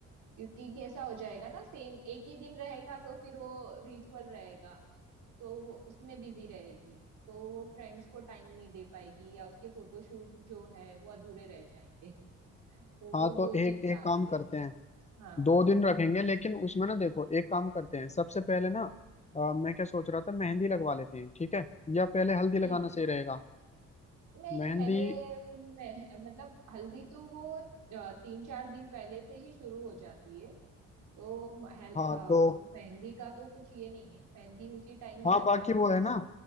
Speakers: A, on the right (about 80°); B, on the left (about 20°).
A: क्योंकि कैसा हो जाएगा ना सेम एक ही दिन रहेगा तो फिर वो रिचुअल रहेगा तो वो उसमें बिजी रहेगी तो वो फ्रेंड्स को टाइम नहीं दे पाएगी या उसके फोटोशूट्स जो है वो अधूरे रह जाएंगे <laughs> तो
B: हाँ
A: वो
B: तो
A: दो दिन
B: एक एक
A: चाह रही
B: काम करते
A: है
B: हैं
A: हाँ
B: दो दिन रखेंगे लेकिन उसमें ना देखो एक काम करते हैं सबसे पहले ना अ, मैं क्या सोच रहा था मेहंदी लगवा लेते हैं ठीक है या पहले हल्दी
A: ठीक
B: लगाना
A: है
B: सही रहेगा
A: नहीं
B: मेहंदी
A: पहले मैं मतलब हल्दी तो वो अ, तीन चार दिन पहले से ही शुरू हो जाती है तो म- हेल-
B: हाँ
A: हाँ,
B: तो
A: वो मेहंदी का तो कुछ ये नहीं है मेहंदी उसी टाइम ही
B: हाँ
A: लग
B: बाकी
A: जाएगी
B: वो है
A: एक
B: ना
A: दिन